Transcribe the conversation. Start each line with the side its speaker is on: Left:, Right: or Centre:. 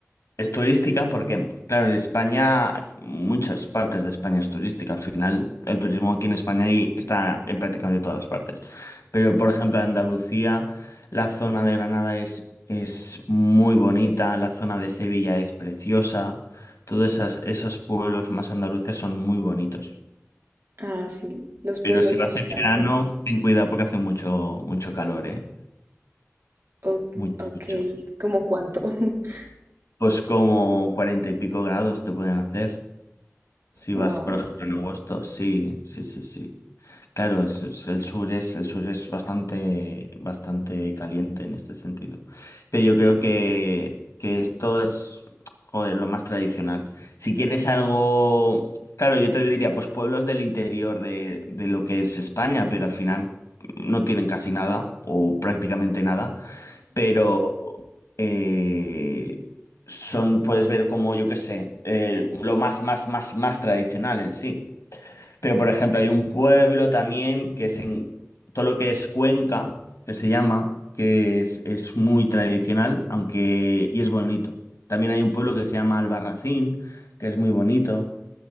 Left: Es turística porque, claro, en España, muchas partes de España es turística. Al final, el turismo aquí en España y está en prácticamente todas las partes. Pero, por ejemplo, en Andalucía, la zona de Granada es, es muy bonita, la zona de Sevilla es preciosa. Todos esas- esos pueblos más andaluces son muy bonitos.
Right: Ah, sí, los pueblos
Left: Pero si
Right: me
Left: vas
Right: encantan.
Left: en verano, ten cuidado porque hace mucho, mucho calor, ¿eh?
Right: O-
Left: Mucho,
Right: ok,
Left: mucho.
Right: ¿cómo cuánto? <laughs>
Left: Pues como cuarenta y pico grados te pueden hacer. Si
Right: Wow,
Left: vas, por ejemplo, en agosto, sí, sí, sí, sí. Claro, es- es- el sur es, el sur es bastante, bastante caliente en este sentido. Pero yo creo que, que esto es, joder, lo más tradicional. Si quieres algo, claro, yo te diría, pues pueblos del interior de, de lo que es España, pero al final no tienen casi nada o prácticamente nada pero eh, son, puedes ver como, yo qué sé, eh, lo más, más, más, más tradicional en sí. Pero, por ejemplo, hay un pueblo también que es en todo lo que es Cuenca, que se llama, que es, es muy tradicional, aunque, y es bonito. También hay un pueblo que se llama Albarracín, que es muy bonito.